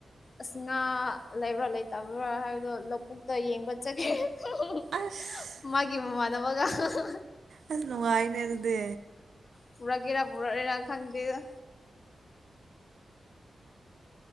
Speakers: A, on the left; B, on the right.
A: ꯑꯁ ꯉꯥ ꯂꯩꯕ꯭ꯔꯥ ꯂꯩꯇꯕ꯭ꯔꯥ ꯍꯥꯏꯕꯗꯣ ꯂꯧꯕꯨꯛꯇ ꯌꯦꯡꯕ ꯆꯠꯈꯤ <unintelligible>
B: ꯑꯁ
A: ꯃꯥꯒꯤ ꯃꯃꯥꯟꯅꯕꯒ ꯑꯍꯥꯍꯥ
B: ꯑꯁ ꯅꯨꯡꯉꯥꯏꯅꯦ ꯑꯗꯨꯗꯤ
A: ꯄꯨꯔꯛꯏꯔ <unintelligible> ꯈꯪꯗꯦꯗ